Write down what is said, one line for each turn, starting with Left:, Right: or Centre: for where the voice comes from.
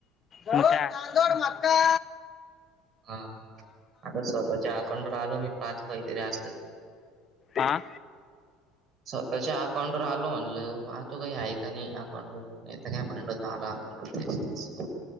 Left: तांदोड मक्का
Right: हा आता स्वतःच्या अकाउंटवर आलो मी पाच वैतरी असल
Left: हां
Right: सकाळच्या अकाउंटवरर आलो म्हल पाहतो काही ऐका नाही अकाउंट वर काय मांड च अ